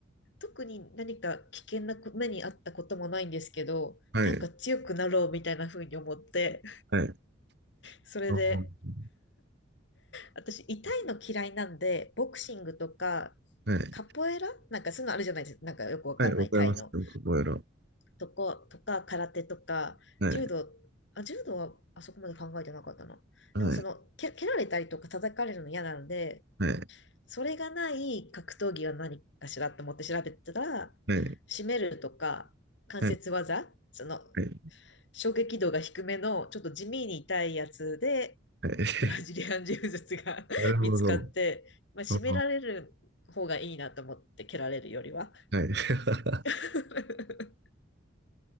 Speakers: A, on the left; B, on the right.
A: 特に何か危険な目にあったこともないんですけど、
B: はい。
A: なんか強くなろうみたいな風に思って、
B: はい。
A: それで、
B: あはい。
A: 私痛いの嫌いなんで、ボクシングとか、
B: はい。
A: カポエラなんかそういうのあるじゃないですか。なんかよくわかんないタイの
B: はい。わかりますよ、カポエラ。
A: とか、とか、空手とか、
B: はい。
A: 柔道、あ、柔道はあそこまで考えてなかったな。
B: はい。
A: でもその、蹴、蹴られたりとか叩かれるの嫌なので、
B: はい。
A: それがない格闘技は何かしらと思って調べてたら、
B: はい。
A: 締めるとか、関節技、
B: はい。
A: その、
B: はい。
A: 衝撃度が低めの、ちょっと地味に痛いやつで、
B: はい
A: ブラジリアン柔術が
B: <laughs> なるほど。
A: <laughs> 見つかって、まあ、締められる方がいいなと思って、
B: ああ、
A: 蹴られるよりは。
B: はい。<laughs>
A: <laughs>